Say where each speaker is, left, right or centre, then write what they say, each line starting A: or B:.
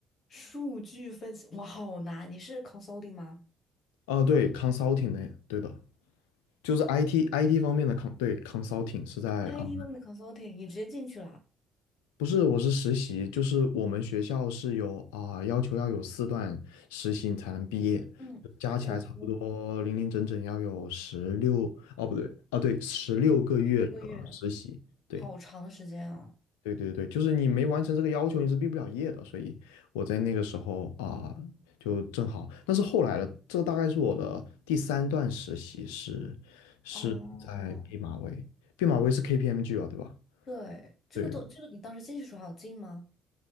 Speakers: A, on the left (about 45°); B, on the left (about 70°).
A: 数据分析，哇，好难！你是 consulting 吗
B: 哦、对，consulting 呢，对的，就是 IT IT 方面的 con 对 consulting 是在啊。
A: ？IT 方面的 consulting，你直接进去了啊。
B: 不是，我是实习，就是我们学校是有啊、要求要有四段实习你才能毕业，
A: 嗯，
B: 加起来差不多零零整整要有十六，
A: 我
B: 哦不对，啊，对，十六个月的实习，
A: 六个月，
B: 对
A: 好长的时间啊！
B: 对对对，就是你没完成这个要求你是毕不了业的，所以我在那个时候啊、就正好，但是后来的这大概是我的第三段实习是是在毕马威，
A: 哦，
B: 毕马威是 KPMG 啊，对吧？
A: 对，这个都，
B: 对。
A: 这个你当时进去的时候好有进吗？